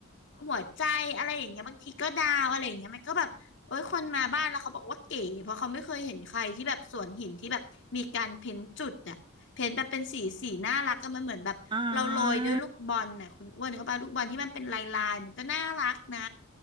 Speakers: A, on the left; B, on the right.
A: หัวใจอะไรอย่างเงี้ยบางทีก็ดาวอะไรอย่างเงี้ยมันก็แบบโอ้ยคนมาบ้านแล้วเขาบอกว่าเก๋เพราะเขาไม่เคยเห็นใครที่แบบสวนหินที่แบบมีการเพ้นท์จุดอะเพ้นท์แบบเป็นสีสีน่ารักก็มันเหมือนแบบเราโรยด้วยลูกบอลน่ะคุณอ้วนนึก็ปาลูกบอลที่มันเป็นลายลายมันก็น่ารักนะ
B: อ่า